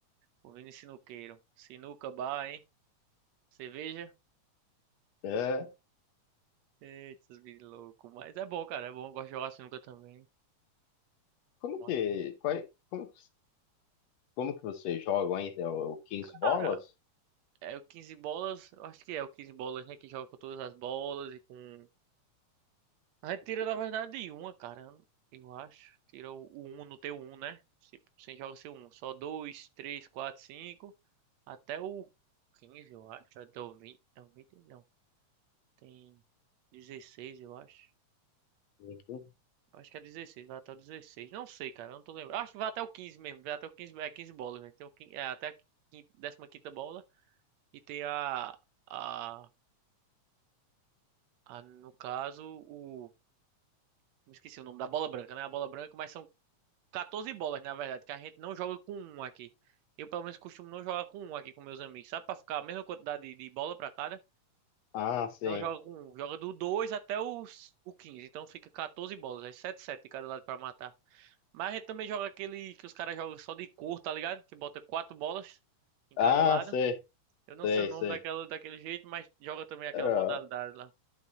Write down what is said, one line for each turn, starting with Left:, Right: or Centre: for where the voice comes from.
Right: O Vini Sinuqueiro. Sinuca bar, hein? Cerveja?
Left: É,
Right: Eita, os Vini louco. Mas é bom, cara, é bom. Eu gosto de jogar sinuca também.
Left: como
Right: Mostra.
Left: que, qual, é, como, como que vocês jogam ainda? O o 15 bolas?
Right: Cara, É o 15 bolas, eu acho que é o 15 bolas, né? Que joga com todas as bolas e com. A gente tira, na verdade, de uma, cara. Eu acho. Tira o o um, não tem o um, né? Se- Sem joga sem o um. Só dois, três, quatro, cinco. Até o 15, eu acho. Até o 20, É o 20, não. Tem 16, eu acho.
Left: Uhum.
Right: Eu Acho que é 16, vai até o 16. Não sei, cara, eu não tô lembrando. Acho que vai até o 15 mesmo, vai até o 15, é 15 bolas, né? Tem o, quin- é até a quin- 15ª bola e tem a, a, a, no caso, o me esqueci o nome da bola branca, né? A bola branca, mas são 14 bolas, na verdade, que a gente não joga com um aqui. Eu, pelo menos, costumo não jogar com um aqui com meus amigos, sabe? Pra ficar a mesma quantidade de, de bola pra cada.
Left: Ah, sim.
Right: Não joga com um, joga do 2 até os, o 15. Então fica 14 bolas, aí 7 7 de cada lado pra matar. Mas a gente também joga aquele que os caras jogam só de cor, tá ligado? Que bota quatro bolas em
Left: Ah,
Right: cada lado.
Left: sei,
Right: Eu não
Left: sei,
Right: sei o nome
Left: sei.
Right: daquela, daquele jeito, mas joga também aquela
Left: É,
Right: modalidade lá.